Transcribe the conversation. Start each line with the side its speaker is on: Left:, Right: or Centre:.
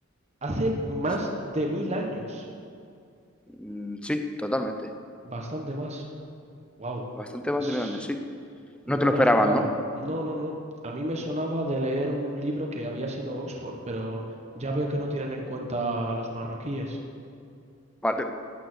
Right: hace más
Centre: sí, sí.
Right: de mil años.
Centre: Mm, sí, totalmente.
Right: Bastante más. Wow,
Centre: Bastante más
Right: es...
Centre: de mil años, sí.
Right: no
Centre: No te lo
Right: me
Centre: esperaban,
Right: lo esperaba.
Centre: ¿no?
Right: No, no, no. A mí me sonaba de leer un libro que había sido Oxford, pero ya veo que no tienen en cuenta a los marroquíes.
Centre: Vale.